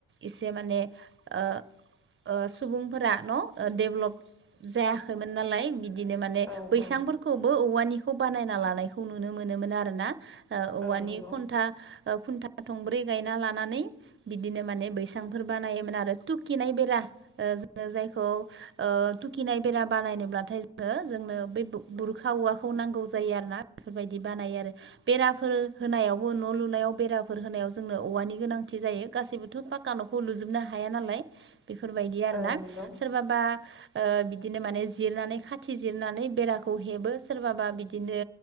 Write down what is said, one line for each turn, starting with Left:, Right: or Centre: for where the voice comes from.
Right: एसे माने ओ ओ सुबुंफोरा न' डेभ्लप जायाखैमोन नालाय बिद बिदिनो माने
Centre: औ
Right: बैसांफोरखौबो
Centre: औ
Right: औवानिखौ बानायना लानायखौ नुनो मोनोमोन आरो ना। ओऔवानि
Centre: औ नंगौ
Right: खन्था-खुन्था थंब्रै गायना लानानै बिदिनो माने बैसांफोर बानायोमोन आरो तुकिनाय बेरा ओ जोङो जायखौ ओ तुकिनाय बेरा बानायनोब्लाथाय जोङो जोंनो बे बुरखा औवाखौ नांगौ जायो आरो ना बेफोरबायदि बानायो आरो बेराफोर होनायावबो न' लुनायाव बे बेराफोर होनायाव जोंनो औवानि गोनांथि जायो गासैबोथ' फाक्का न'खौ लुजोबनो हाया नालाय। बेफोरबायदि आरो
Centre: औ
Right: ना
Centre: नंगौ
Right: सोरबाबा ओ बिदिनो माने जिरनानै खाथि जिरनानै बेराखौ हेबो सोरबाबा बिदिनो